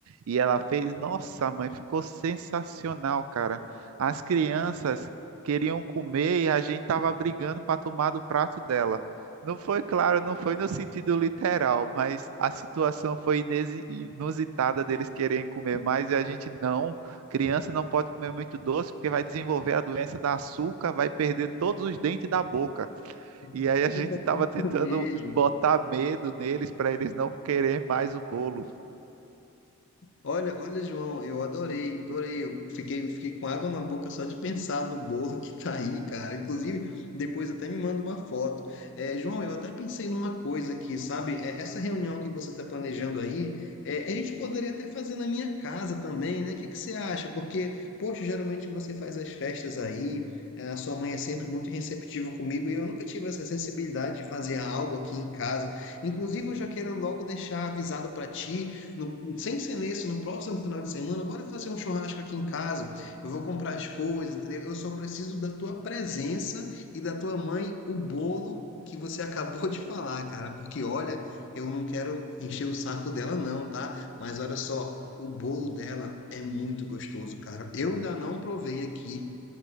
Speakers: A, on the right; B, on the left.
A: e ela fez, nossa, mãe, ficou sensacional, cara. As crianças queriam comer e a gente tava brigando para tomar do prato dela. Não foi claro, não foi no sentido literal, mas a situação foi inesi- inusitada deles quererem comer mais e a gente não. Criança não pode comer muito doce porque vai desenvolver a doença da açúcar, vai perder todos os dentes da boca. E
B: <laughs>
A: aí a gente estava tentando
B: Mesmo.
A: botar medo neles para eles não quererem mais o bolo.
B: Olha, olha, João, eu adorei, adorei. Eu fiquei, fiquei com água na boca só de pensar no bolo que tá aí, cara. Inclusive, depois até me manda uma foto. É, João, eu até pensei numa coisa aqui, sabe? É, essa reunião que você está planejando aí, é, a gente poderia até fazer na minha casa também, né? O que que você acha? Porque, poxa, geralmente você faz as festas aí, é, a sua mãe é sempre muito receptiva comigo e eu nunca tive essa sensibilidade de fazer algo aqui em casa. Inclusive, eu já quero logo deixar avisado para ti no- sem ser nesse, no próximo final de semana, bora fazer um churrasco aqui em casa. Eu vou comprar as coisas, entendeu? Eu só preciso da tua presença e da tua mãe o bolo que você <laughs> acabou de falar, cara. Porque olha, eu não quero encher o saco dela, não, tá? Mas olha só, o bolo dela é muito gostoso, cara. Eu ainda não provei aqui,